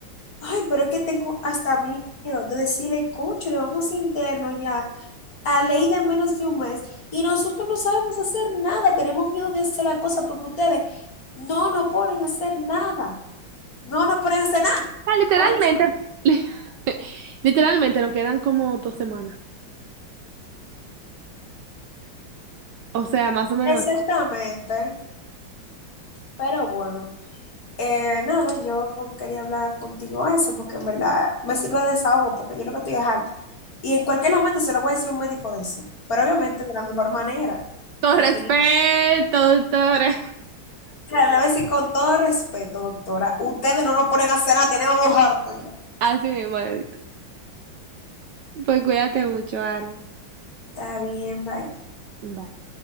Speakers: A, on the left; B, on the right.
A: Ay, pero es que tengo hasta miedo de decirle, concho, le vamos a interno ya a ley de menos de un mes y nosotros no sabemos hacer nada. Tenemos miedo de hacer la cosa porque ustedes no nos ponen a hacer nada. No nos ponen a hacer nada,
B: O sea, literalmente,
A: concho.
B: <laughs> li- literalmente nos quedan como dos semanas. O sea, más o menos.
A: Exactamente.
B: así.
A: Pero bueno. Eh, nada, yo quería hablar contigo eso porque en verdad me sirve de desahogo porque yo lo que estoy es harta. Y en cualquier momento se lo voy a decir a un médico de eso, pero obviamente de la mejor manera,
B: Todo
A: tranquilita.
B: respeto, doctora.
A: Le voy a decir con todo respeto, doctora, ustedes no nos ponen a cenar, tienen unos hartos ya.
B: Así mismo, Edith. Pues cuídate mucho, Ara.
A: Está bien, bye.
B: Bye.